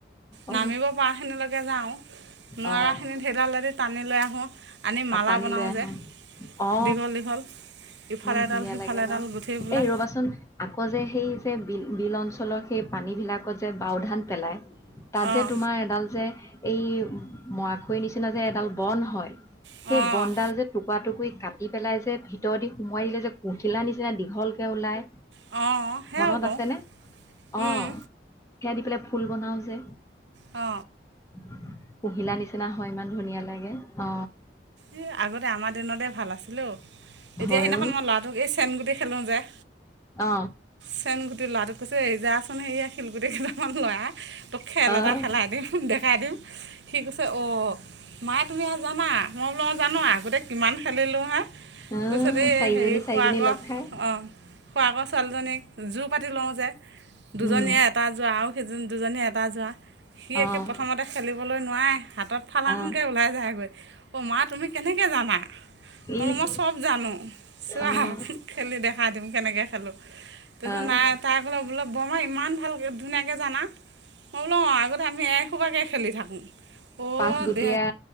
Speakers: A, on the left; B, on the right.
A: অ
B: নামিব পৰা খিনিলৈকে যাওঁ। নোৱাৰাখিনিত
A: অ
B: সেইডালেদি টানি লৈ আহো, আনি মালা
A: টানি
B: বনাও
A: লৈ আহো
B: যে।
A: অ,
B: দীঘল দীঘল ইফালে
A: ইমান
B: এডাল
A: ধুনীয়া
B: সিফালে
A: লাগে
B: এডাল
A: ন?
B: গুঠি পেলাই
A: এই ৰ'বাচোন আকৌ যে সেই যে বিল বিল অঞ্চলৰ সেই পানীবিলাকত যে বাও ধান পেলাই। তাত যে
B: অঁ
A: তোমাৰ এডাল যে এই মৰা খই নিচিনা যে এডাল বন হয়।
B: অঁ
A: সেই বনডাল যে টুকুৱা টুকুই কাটি পেলাই যে ভিতৰ দি সোমোৱাই দিলে যে পখিলা নিচিনা দীঘলকে ওলায়।
B: অঁ সেয়াও
A: মনত
B: কৰোঁ
A: আছেনে? অ
B: উম,
A: সেয়া দি পেলাই ফুল বনাও যে।
B: অ।
A: <inaudible> ঘিলা নিচিনা হয় ইমান ধুনীয়া লাগে, অ।
B: ই আগতে আমাৰ দিনতে ভাল আছিলে ঔ। এতিয়া
A: হয়
B: সেইদিনাখন মই ল'ৰাটোক এই চেম গুটি খেলোঁ যে।
A: অ।
B: চেন গুটি ল'ৰাটোক কৈছো এ যাচোন হেইয়া শিলগুটি কেইটামান লৈ আ। তোক খেল
A: অ', অ',
B: এটা খেলাই দিম, দেখাই দিম। সি কৈছে অ মাই তুমি এইয়া জানা? মই বোলো অ জানো, আগতে কিমান খেলিলোঁ হা।
A: উম,
B: তাৰপিছতে এ
A: চাৰিজনী
B: হেৰি খোৱাকৰ
A: চাৰিজনী লগ খাই
B: অ খোৱাকৰ ছোৱালীজনীক জোৰ পাতি লওঁ যে দুজনীয়ে
A: উম,
B: এটা যোৱা আৰু সেই যোন দুজনী এটা যোৱা। সি একে
A: অ',
B: প্ৰথমতে খেলিব লৈ নোৱাৰে। হাতত ফালাংকৈ
A: অ',
B: ওলাই যায়গৈ। অ' মা তুমি কেনেকে জানা? বোলো
A: ইহ,
B: চব জানো। চোৱা
A: অ',
B: খেলি দেখা দিম কেনেকে খেলোঁ। তাপিছত
A: অ',
B: নাই। তাই ক'লে বোলে বৰমা ইমান ভালকে ধুনীয়াকে জানা। মই বোলো অ আগতে আমি এসোপাকে খেলি থাকোঁ। অ <unintelligible>
A: পাঁচগুটীয়া